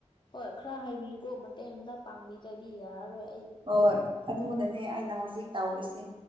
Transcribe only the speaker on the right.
ꯍꯣꯏ ꯑꯗꯨꯅꯅꯦ ꯑꯩꯅ ꯍꯧꯖꯤꯛ ꯇꯧꯔꯤꯁꯦ